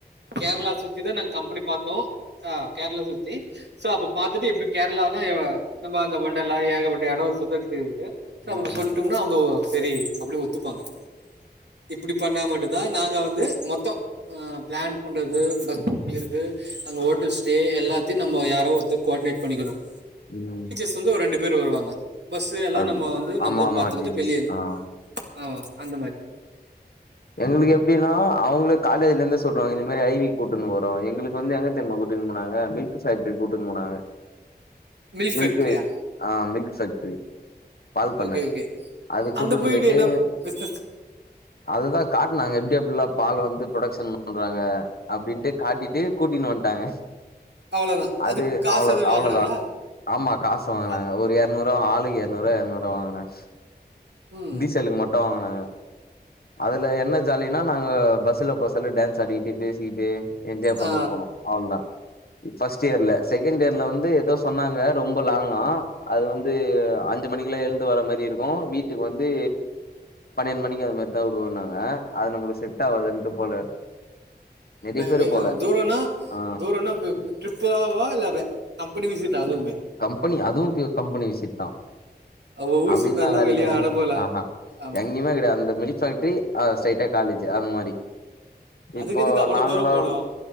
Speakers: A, on the right; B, on the left.
A: கேரளா சுத்தி தா நாங் கம்பெனி பாத்தோம் ஆ கேரளா சுத்தி சோ அப்ப பாத்துட்டு எப்டி கேரளானா நம்ம அந்த ஒண்டல்லா ஏகப்பட்ட எடம் சுத்த சுத்தி இருக்கு சோ
B: ம்
A: அவுங் சொல்ட்டோம்னா அவுங்கோ சரி அப்டின் ஒத்துப்பாங்க இப்டி பண்ணா மட்டும் தான் நாங்க வந்து மொத்தொ ஆ பிளான் பண்றது பஸ் ட்ரிப் புடிக்கிறது அங்க ஹோட்டல் ஸ்டே எல்லாத்தையும் நம்ம யாரோ ஒருத்தர் கோஆட்னேட் பண்ணிக்கிணும்
B: ம்
A: சொந்த ஊரு ரெண்டு பேரு வருவாங்க பஸ் எல்லா
B: அப்டி
A: நம்ம வந்து நம்மதா
B: ஆமா ஆமா
A: பாத்துக்கிட்டு
B: டீச்சர்ஸ்
A: வெளிய
B: ஆ
A: ஆ அந்த மாரி
B: எங்களுக்கு எப்டின்னா அவுங்களே காலேஜ்ல இருந்து சொல்லுவாங்க இந்த மாரி ஐ வி கூட்டுன்னு போறோம் எங்களுக்கு வந்து எங்க தெரிம கூட்டிட்டுனு போனாங்க மில்க் ஃபேக்டரி கூட்டிட்டின்னு போனாங்க
A: மில்க்
B: மில்க்கு
A: ஃபேக்டரியா
B: ஆ மில்க் ஃபேக்ட்ரி பால் பண்ண
A: ஓகே ஓகே
B: அதுக்
A: அங்க
B: கூட்டுன்னு போயிட்டு
A: என்ன பிசினஸ்
B: அப்ப தா காட்னாங்க எப்டி எப்டி எல்லா பால் வந்து ப்ரொடக்ஷன் பண்றாங்க அப்டின்ட்டு கா காட்டிட்டு கூட்டினு வந்ட்டாங்க
A: அவ்வளவுதான்
B: அது
A: அதுக்கு காசு
B: அவ்ளோ
A: எதுவும்
B: அவ்ளோதான்.
A: வாங்கினாங்களா
B: ஆமா காசு வாங்குனாங்க.
A: அ-
B: ஒரு எற நூறுவா ஆளுக்குக்கு எறநூறு எருநூறுவா வாங்குனாங்
A: ம்
B: டீசல்க்கு மட்டும் வாங்குனங்க. அதுல, என்ன ஜாலின்னா நாங்க பஸ்ல பசல்ல டான்ஸ் ஆடிக்கிட்டு பேசிக்கிட்டு என்ஜாய் பண்ண
A: ஆ,
B: போனோம். அவ்ள்தான். ஃபஸ்ட் இயர்ல செகண்ட் இயர்ல வந்து ஏதோ சொன்னாங்க. ரொம்ப லாங்கா அது வந்து. ஒரு அஞ்சு மணிக்குல எழ்ந்து வர மாரி இருக்கும். வீட்டுக்கு வந்து பன்னிரெண்டு மணிக்கு வர மாரி. வந்தா விடுவோம்னாங்க அது நம்மளுக்கு செட் ஆவதுன்ட்டு போல, நெறைய
A: த
B: பேரு
A: து
B: போல
A: தூரோனா
B: ஆ
A: தூரன்னா ட்ரிப்பாவா இல்ல கம்பெனி விசிட்டா அதுவுமே.
B: கம்பெனி அதுவு கம்பெனி விசிட் தா
A: அவ ஊர்
B: அப்டின்னா
A: சுத்தம் எல்லாம்
B: வேலைக்கு
A: வெளியே அனுப்பல
B: ஆஹா
A: ஆமா
B: எங்கேயுமே கெடையாது. அந்த மில்க் ஃபேக்டரி ஸ்ட்ரைட்டா காலேஜ் அந்த மாதிரி.
A: அதுக்கு
B: இப்போ
A: எதுக்கு அவ்வளோ
B: நாங்களு
A: தூரம் போணும்